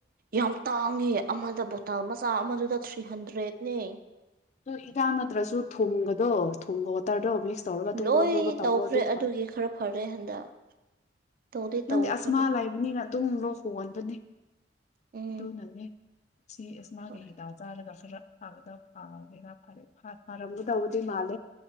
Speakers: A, on the right; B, on the left.
A: ꯌꯥꯝ ꯇꯥꯡꯉ ꯑꯃꯗ ꯕꯣꯇꯥꯜ ꯃꯆꯥ ꯑꯃꯗꯨꯗ ꯊ꯭ꯔꯤ ꯍꯟꯗ꯭ꯔꯦꯠꯅꯦ
B: ꯑꯣ ꯏꯤꯗꯥꯛ ꯅꯠꯇ꯭ꯔꯁꯨ ꯊꯨꯝꯕꯗꯣ ꯊꯨꯝꯕ ꯇꯔꯗꯣ ꯑꯣ ꯃꯤꯛꯁ ꯇꯧꯔꯒ ꯇꯨꯡꯒ꯭ꯔꯣ
A: ꯂꯣꯏ
B: ꯭ꯔꯣꯣ ꯇꯧꯕꯧꯕ
A: ꯇꯧꯈ꯭ꯔꯦ
B: ꯑꯗꯨ ꯐ
A: ꯑꯗꯨꯒꯤ ꯈꯔ ꯐꯔꯦ ꯍꯟꯗꯛ ꯇꯧꯗꯤ
B: ꯅꯪꯗꯤ
A: ꯇꯧꯈ꯭ꯔꯕꯅꯤ
B: ꯑꯁꯃꯥ ꯂꯩꯕꯅꯤꯅ ꯑꯗꯨꯝ ꯂꯣꯛ ꯍꯣꯡꯍꯟꯕꯅꯤ
A: ꯎꯝ
B: ꯑꯗꯨꯅꯅꯦ ꯁꯤ ꯑꯦꯃꯥꯒꯤ
A: ꯍꯣꯏ
B: ꯍꯤꯗ ꯆꯥꯔꯒ ꯐꯔ ꯐꯥꯒꯗꯕ ꯐꯥꯉꯒꯦꯔ ꯐꯔ ꯍ ꯍ ꯔꯝꯒꯗꯕꯨꯗ ꯃꯥꯜ